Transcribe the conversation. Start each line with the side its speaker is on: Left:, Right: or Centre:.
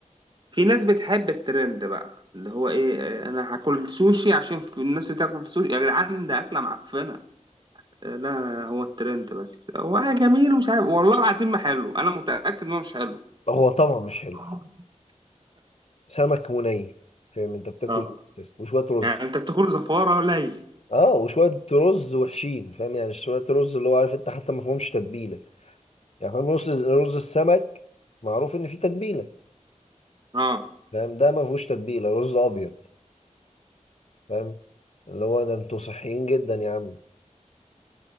Right: في ناس بتحب الترند بقى اللي هو ايه آه، انا هاكل سوشي عشان في الناس بتاكل سوشي يا جدعان ده اكلة معفنة آه، لا هو الترند بس هو جميل ومش عارف والله العظيم ما حلو انا متأكد انه مش حلو
Left: هو طبعا مش حلو
Right: <laughs>
Left: سمك مني فاهم انت بتاكل
Right: اه
Left: إيه؟ وشوية رز
Right: يعني انت بتاكل زفارة قليل
Left: اه وشوية رز وحشين فاهم يعني شوية رز اللي هو عارف انت حتى ما فيهمش تتبيلة يعني فاهم رز رز السمك معروف ان فيه تتبيلة
Right: اه
Left: فاهم ده ما فيهوش تتبيلة رز ابيض فاهم اللي هو ده انتوا صحيين جدا يا عم